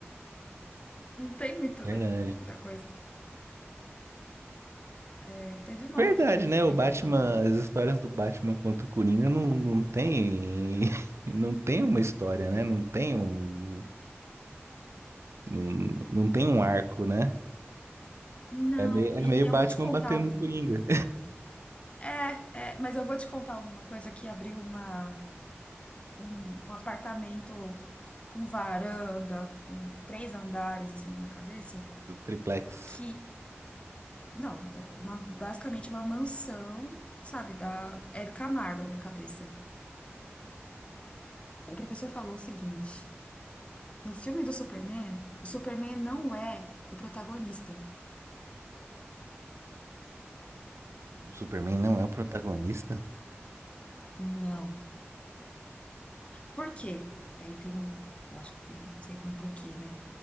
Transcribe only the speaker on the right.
Verdade.
Verdade,
né?
O Batman,
as histórias do Batman contra o Coringa não, não tem, <laughs> não tem uma história, né? Não tem um, não, não tem um arco, né?
É meio, é
meio
Batman
batendo
no Coringa.
<laughs> Do triplex.
O Superman não é o protagonista?